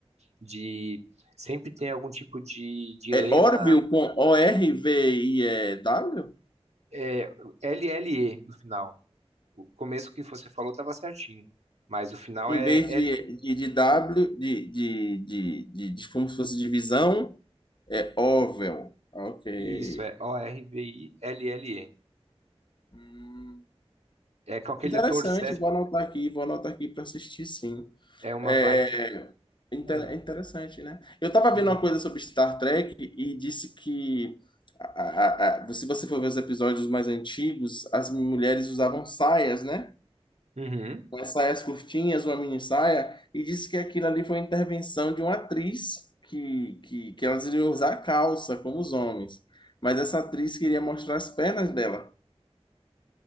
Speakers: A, on the right; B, on the left.
A: de sempre tem algum tipo de dilema,
B: É Orville com O-R-V-I-E-W?
A: é, LLE no final. O começo que você falou estava certinho, mas o final
B: Em
A: é
B: vez
A: L,
B: de, de, de W, de, de, de, de, de como se fosse divisão, é Orville. Ok.
A: isso, é O-R-V-I-L-L-E.
B: Hum.
A: É com aquele
B: Interessante,
A: ator Seth,
B: vou anotar aqui, vou anotar aqui para assistir, sim.
A: é uma
B: É,
A: baita
B: inter-
A: série.
B: é interessante, né? Eu tava vendo
A: Uhum.
B: uma coisa sobre Star Trek e disse que a- a- a- se você for ver os episódios mais antigos, as mulheres usavam saias, né?
A: Uhum.
B: Umas saias curtinhas, uma mini saia, e disse que aquilo ali foi uma intervenção de uma atriz que, que, que elas iriam usar calça, como os homens. Mas essa atriz queria mostrar as pernas dela.